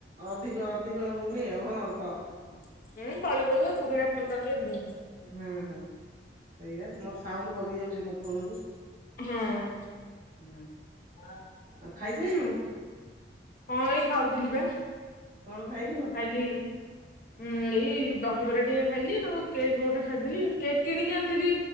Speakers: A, on the right; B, on the left.
A: ଅଧିକ ଅଧିକ ହଉନି ଆଉ ହଁ କ।
B: <unintelligible> ପୁରୁଣା ଫୋନ୍ ଟା ବୋଲି ଏମିତି ହଉଛି।
A: ହୁଁ ହୁଁ ସେଇଆ ମୋର ସାଉଣ୍ଡୁ କମି ଯାଉଛି ମୋ ଫୋନ୍ ରୁ।
B: ହଁ।
A: ହୁଁ।
B: ହଁ।
A: ଆଉ ଖାଇ ସାଇ ଲୁୁଣୁ?
B: ହଁ ଏଇ ଖାଉଥିଲି ବା।
A: କଣ ଖାଇଲୁ ମ?
B: <unintelligible> ହୁଁ ମ୍ ଏଇ ଦହିବରା ଟିକେ ଖାଇଲିି ଆଉ କେକ୍ ଗୋଟେ ଖାଇଦେଲି, କେକ୍ କିଣିକି ଆଣିଥିଲି